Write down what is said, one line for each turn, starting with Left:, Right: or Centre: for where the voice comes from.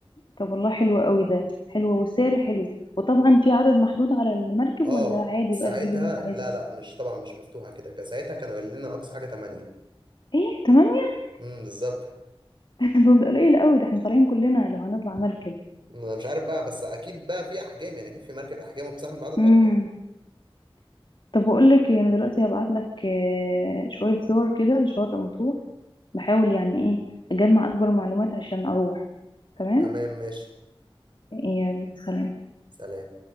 Left: طب والله حلو قوي ده حلو والسعر حلو وطبعا في عدد محدود على المركب
Right: اه
Left: ولا عادي
Right: ساعتها
Left: بقى تجيب اللي انت عايزه
Right: لا لا مش طبعا مش مفتوحة كده كان ساعتها كانوا قايلين لنا أقصى حاجة 8
Left: ايه تمانية
Right: امم بالظبط
Left: <laughs> طب ده قليل قوي ده احنا طالعين كلنا لو هنطلع مركب
Right: انا مش عارف بقى بس اكيد بقى في احجام يعني اكيد في مركب احجام وبتستحمل بعدد
Left: امم
Right: اكبر
Left: طب بقول لك ايه، انا دلوقتي هبعت لك آه، شويه صور كده لشواطئ مطروح بحاول يعني ايه اجمع اكبر معلومات عشان اروح تمام
Right: تمام ماشي
Left: يلا سلام
Right: سلام